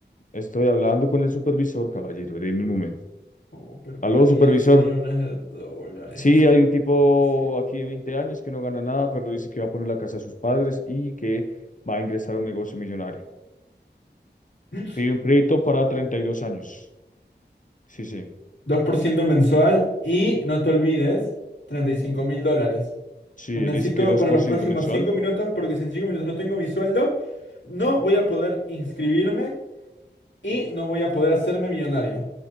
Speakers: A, on the left; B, on the left.
A: Estoy hablando con el supervisor, caballero. Deme un momento.
B: Oh, perdí
A: Aló,
B: 10
A: supervisor.
B: millones de dólares.
A: Sí,
B: Este...
A: hay un tipo
B: pues sí.
A: aquí de 20 años que no gana nada, pero dice que va a poner la casa de sus padres y que va a ingresar a un negocio millonario.
B: <laughs>
A: Pide un crédito para 32 años. Sí, sí.
B: dos por ciento mensual y no te olvides, 35 mil dólares.
A: Sí,
B: Lo necesito
A: dice que dos
B: para
A: por
B: los
A: ciento
B: próximos
A: mensual.
B: 5 minutos porque si en 5 minutos no tengo mi sueldo, no voy a poder inscribirme y no voy a poder hacerme millonario.